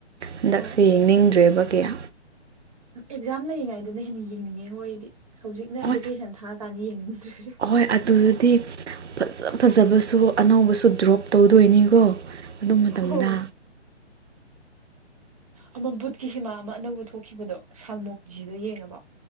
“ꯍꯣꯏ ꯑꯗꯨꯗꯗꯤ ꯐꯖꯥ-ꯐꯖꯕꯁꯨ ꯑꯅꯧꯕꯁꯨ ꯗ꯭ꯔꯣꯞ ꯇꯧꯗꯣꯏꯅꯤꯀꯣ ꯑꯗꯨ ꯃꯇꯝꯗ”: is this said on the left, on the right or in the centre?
Right